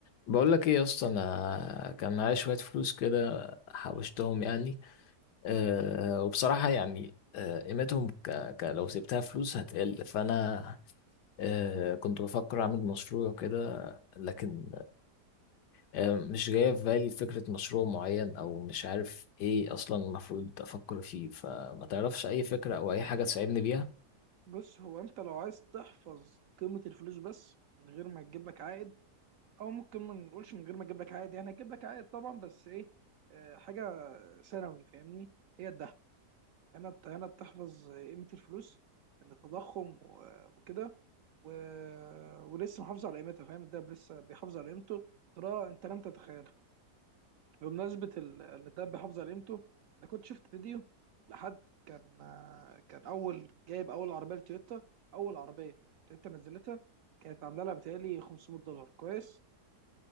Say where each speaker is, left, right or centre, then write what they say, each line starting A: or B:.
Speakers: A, on the left; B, on the right.
A: بقول لك ايه يا اسطى انا كان معايا شويه فلوس كده حوشتهم يعني أه وبصراحه يعني أه قيمتهم ك... ك... لو سبتها فلوس هتقل فانا أه كنت بفكر اعمل مشروع كده لكن أه مش جايه في بالي فكره مشروع معين او مش عارف ايه اصلا المفروض افكر فيه فما تعرفش اي فكره او اي حاجه تساعدني بيها
B: بص هو انت لو عايز تحفظ قيمة الفلوس بس من غير ما تجيب لك عائد او ممكن ما نقولش من غير ما تجيب لك عائد يعني هتجيب لك عائد طبعا بس ايه آه، حاجة ثانوي فاهمني هي الذهب هنا بت- هنا بتحفظ قيمة الفلوس من التضخم و- وكده و... ولسه محافظ على قيمتها فاهم الدهب لسه بيحافظ على قيمته ترى انت لم تتخيل بمناسبة ال- الدب حافظ على قيمته أنا كنت شفت فيديو لحد كان آه، كان أول جايب أول عربية لتويوتا أول عربية تويوتا نزلتها كانت عاملة لها بتهيألي 500 دولار كويس